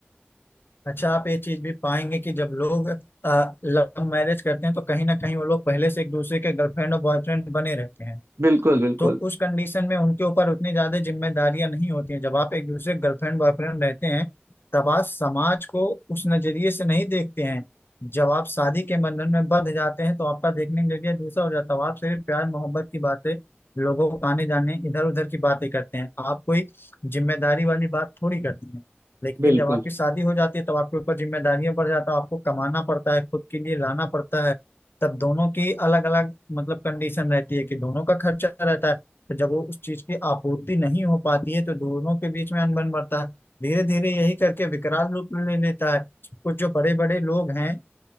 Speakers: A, on the left; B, on the right.
A: अच्छा आप ये चीज भी पाएंगे कि जब लोग लव मैरिज करते हैं तो कहीं ना कहीं वो लोग पहले से एक दूसरे के गर्लफ्रेंड और बॉयफ्रेंड बने रहते हैं
B: बिल्कुल बिल्कुल
A: तो उस कंडीशन में उनके ऊपर उतनी ज्यादा जिम्मेदारियां नहीं होती हैं जब आप एक दूसरे गर्लफ्रेंड बॉयफ्रेंड रहते हैं तब आप समाज को उस नजरिए से नहीं देखते हैं जब आप शादी के बंधन में बंध जाते हैं तो आपका देखने का नजरिया दूसरा हो जाता है आप सिर्फ प्यार मोहब्बत की बातें लोगों को आने जाने इधर उधर की बातें करते हैं आप कोई जिम्मेदारी वाली बात थोड़ी करते हैं लेकिन
B: बिल्कुल
A: जब आपकी शादी हो जाती है तब आपके ऊपर जिम्मेदारियां बढ़ जाता है आपको कमाना पड़ता है खुद के लिए लाना पड़ता है तब दोनों की अलग अलग मतलब कंडीशन रहती है कि दोनों का खर्चा रहता है तो जब वो उस चीज की आपूर्ति नहीं हो पाती है तो दोनों के बीच में अनबन बढ़ता है धीरे धीरे यही करके विकराल रूप ले लेता है कुछ जो बड़े बड़े लोग हैं